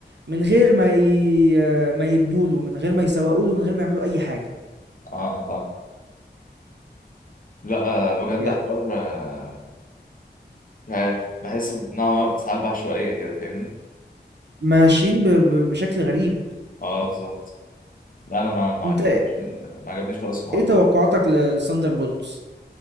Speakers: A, on the right; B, on the left.
A: من غير ما ي... آه، ما يبنوا له من غير ما يسوقوا له من غير ما يعملوا اي حاجه
B: اه اه ف لا آه، بجد
A: يعني
B: حوار آه، مش عارف بحس نوعا ما ساعات بعشوائية كده فاهمني
A: ماشيين ب... ب... بشكل غريب
B: اه بالظبط لا انا ما ما
A: انت
B: عجبنيش ما عجبنيش خالص الحوار
A: ايه توقعاتك
B: ده.
A: لساندر بولتس